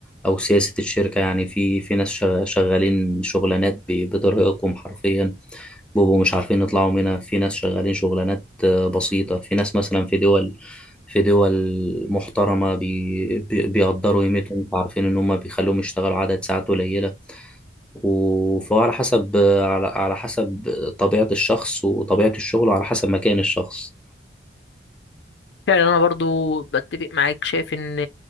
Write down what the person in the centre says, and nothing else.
أو سياسة الشركة يعني في في ناس شغ- شغالين شغلانات ب- بترهقهم حرفيا بيبقوا مش عارفين يطلعوا منها في ناس شغالين شغلانات بسيطة في ناس مثلا في دول في دول محترمة بي بي- بيقدروا قيمتهم فعارفين إن هم بيخلوهم يشتغلوا عدد ساعات قليلة وفهو على حسب على على حسب طبيعة الشخص وطبيعة الشغل وعلى حسب مكان الشخص